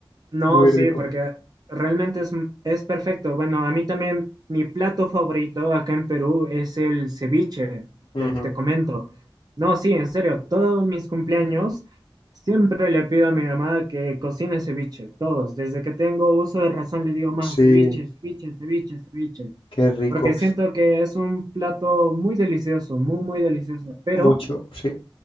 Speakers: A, on the right (about 45°); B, on the left (about 75°).
A: No,
B: muy
A: sí,
B: rico.
A: porque realmente es, es perfecto. Bueno, a mí también mi plato favorito acá en Perú es el ceviche,
B: Ujú,
A: te, te comento. No, sí, en serio, todos mis cumpleaños siempre le pido a mi mamá que cocine ceviche, todos. Desde que tengo uso de razón le digo más
B: Sí,
A: ceviche, ceviche, ceviche, ceviche,
B: qué rico.
A: porque siento que es un plato muy delicioso, muy, muy delicioso, pero...
B: Mucho, sí,